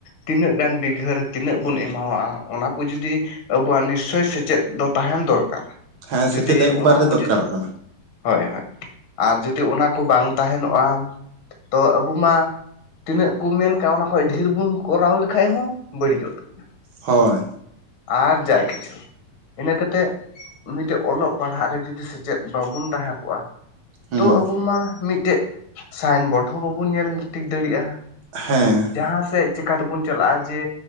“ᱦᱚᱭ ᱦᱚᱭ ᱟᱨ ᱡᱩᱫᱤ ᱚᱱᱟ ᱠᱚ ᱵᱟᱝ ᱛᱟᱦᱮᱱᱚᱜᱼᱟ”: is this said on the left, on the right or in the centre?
Left